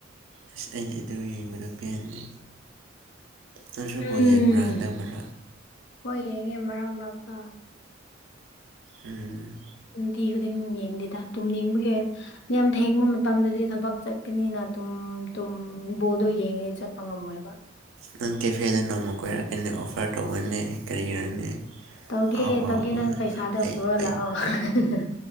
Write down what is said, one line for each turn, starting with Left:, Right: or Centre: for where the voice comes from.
Right: ꯑꯁ ꯑꯩꯗꯤ ꯑꯗꯨ ꯌꯦꯡꯕꯗ ꯄꯦꯟꯗꯦ ꯅꯪꯁꯨ ꯕꯣꯜ
Left: ꯎꯝ
Right: ꯌꯦꯡꯕ꯭ꯔꯥ ꯍꯟꯗꯛ ꯃꯔꯛ
Left: ꯍꯣꯏ ꯌꯦꯡꯉꯦ ꯃꯔꯛ ꯃꯔꯛꯇꯥ
Right: ꯎꯝ
Left: ꯅꯨꯇꯤ ꯈꯨꯗꯤꯡ ꯌꯦꯡꯗꯦꯗꯥ ꯇꯨꯝꯅꯤꯡꯕꯒꯤ ꯌꯥꯝ ꯊꯦꯡꯕ ꯃꯇꯝꯗꯗꯤ ꯊꯕꯛ ꯆꯠꯀꯅꯤꯅꯥ ꯇꯨꯝ ꯇꯨꯝ ꯕꯣꯜꯗꯣ ꯌꯦꯡꯉꯤꯉꯩ ꯆꯠꯄ ꯉꯝꯃꯣꯏꯕꯥ
Right: ꯅꯪ ꯀꯦꯐꯦꯗ ꯅꯣꯡꯃ ꯀꯣꯏꯔꯛꯀꯦꯅꯦ ꯑꯣꯐꯔ ꯇꯧꯕꯣꯅꯦ ꯀꯔꯤꯔꯅꯦ
Left: ꯇꯧꯒꯦ
Right: ꯑꯍꯥꯎ ꯑꯍꯥꯎꯕ
Left: ꯇꯧꯒꯦ ꯅꯪ ꯄꯩꯁꯥꯗꯣ
Right: ꯑꯩ
Left: ꯄꯨꯔ
Right: ꯑꯩ
Left: ꯂꯥꯛꯑꯣ <unintelligible>